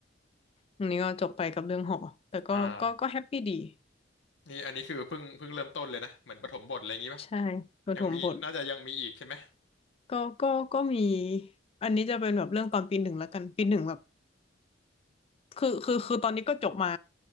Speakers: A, on the left; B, on the left.
A: อันนี้ก็จบไปกับเรื่องหอแต่ก็ก็ก็แฮปปี้ดี
B: อ่านี่อันนี้คือเพิ่งเพิ่งเริ่มต้นเลยนะเหมือนปฐมบทอะไรอย่างงี้ปะ
A: ใช่ประถมบท
B: ยังมีน่าจะยังมีอีกใช่ไหม
A: ก็ก็ก็มีอันนี้จะเป็นแบบเรื่องตอนปีหนึ่งแล้วกันปีหนึ่งแบบ คือคือคือตอนนี้ก็จบมา